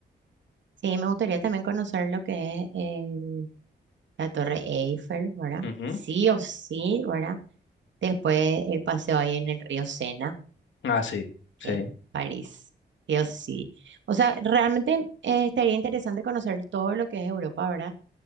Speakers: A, on the right; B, on the left.
A: Sí, me gustaría también conocer lo que es el- la Torre Eiffel, ¿verdad?
B: Ujú.
A: Sí o sí, ¿verdad? Después el paseo ahí en el río Sena,
B: Ah, sí, sí.
A: que es París, sí o sí. O sea, realmente eh, estaría interesante conocer todo lo que es Europa, ¿verdad?